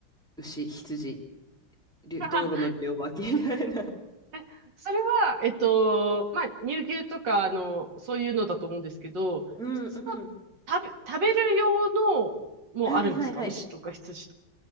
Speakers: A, in the centre; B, on the right.
A: 牛、羊、り道路の両脇みたいな。
B: <laughs> あそれは、えっと、まあ、乳牛とか、あの、そういうのだと思うんですけど、
A: うんうん。
B: 普通の食べ、食べる用のもあるんですか牛とか羊とか。
A: はいはいはい。